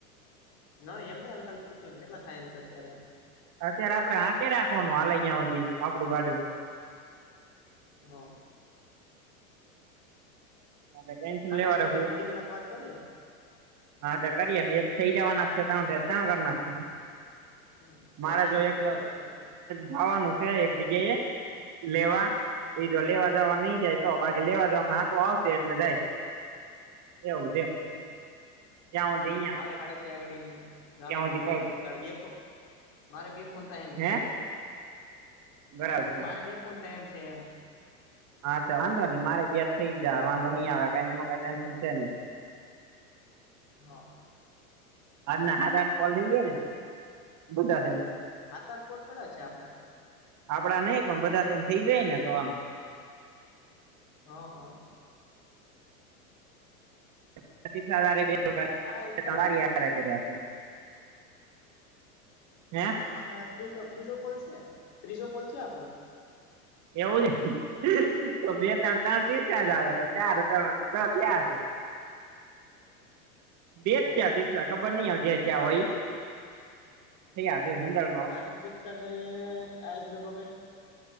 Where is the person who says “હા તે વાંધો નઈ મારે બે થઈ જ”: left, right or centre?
Right